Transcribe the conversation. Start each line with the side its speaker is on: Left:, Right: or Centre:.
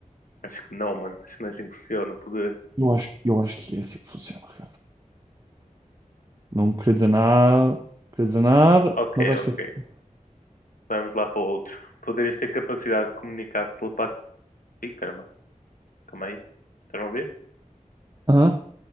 Left: Acho que não, mano. Acho que não é assim que funciona o poder.
Right: Eu acho, eu acho que é assim que funciona, Ricardo. Não queria dizer nada, não queria dizer nada,
Left: Ok,
Right: mas acho
Left: ok.
Right: que é assim.
Left: Vamos lá para o outro. Poderias ter capacidade de comunicar telepat... Ih, caramba. Calma aí. Estão a ver?
Right: Aham.